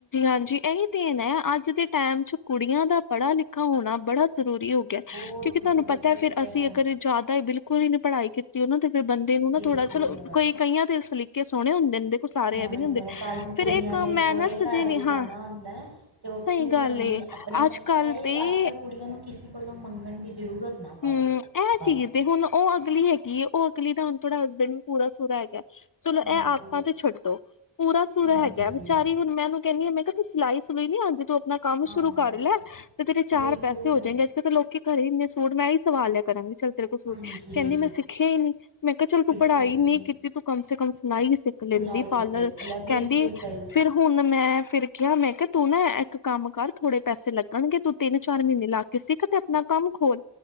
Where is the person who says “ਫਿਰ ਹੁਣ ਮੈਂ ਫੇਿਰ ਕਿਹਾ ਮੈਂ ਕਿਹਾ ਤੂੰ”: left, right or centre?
Left